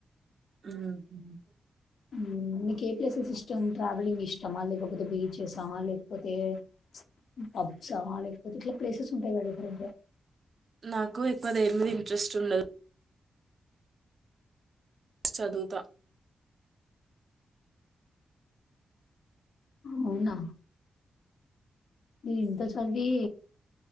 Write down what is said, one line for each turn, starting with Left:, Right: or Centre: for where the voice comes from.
Right: ఉమ్మ్.
Left: ఉమ్ మీకు ఏ ప్లేసెస్ ఇష్టం ట్రావెలింగ్ ఇష్టమా లేకపోతే బీచెసా లేకపోతే ప్చ్ పబ్సా లేకపోతే ఇట్లా ప్లేసెస్. ఉంటాయి డిఫరెంట్‌గా. కదా.
Right: నాకు ఎక్కువ దేని మీది ఇంట్రెస్ట్ ఉండదు. చదువుత.
Left: అవునా. మీరు ఇంత చదివి.